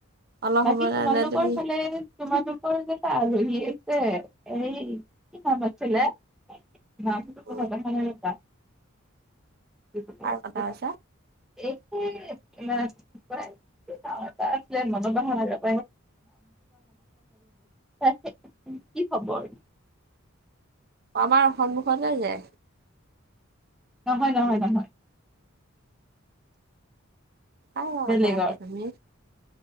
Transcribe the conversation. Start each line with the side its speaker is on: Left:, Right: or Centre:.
Right: অলপ
Centre: বাকী
Right: সময়
Centre: তোমালোকৰ
Right: কাৰণে তুমি
Centre: ফালে তোমালোকৰ কেটা আলহী আছে সেই কি নাম আছিলে <unintelligible>
Right: উম
Centre: হয় <unintelligible>
Right: কাৰ কথা কৈছা
Centre: <unintelligible> হয় কি খবৰ
Right: আমাৰ সন্মুখতে যে
Centre: নহয় নহয় নহয়
Right: অ
Centre: বেলেগৰ
Right: সঁচা কথা তুমি